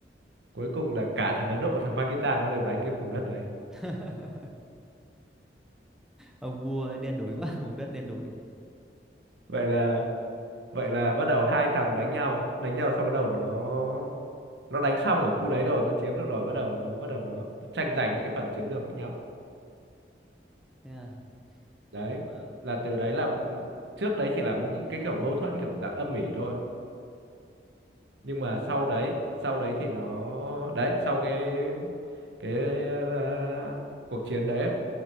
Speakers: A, on the right (about 80°); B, in the centre.
A: cuối cùng là cả thằng Ấn Độ thằng Pakistan nó đều đánh cái vùng đất đấy
B: <laughs> ông vua ấy đen đủi quá <laughs> vùng đất đen đủi
A: vậy là vậy là bắt đầu hai thằng đánh nhau đánh nhau sau bắt đầu nó nó đánh xong ở khu đấy rồi nó chiếm được rồi bắt đầu nó bắt đầu nó tranh giành những cái phần chiếm được với nhau
B: thế à
A: đấy
B: nhưng mà
A: là từ đấy là ừ, trước đấy chỉ là những cái kiểu mâu thuẫn kiểu dạng âm ỉ thôi nhưng mà sau đấy sau đấy thì nó đấy sau cái cái ờ, cuộc chiến đấy ấy,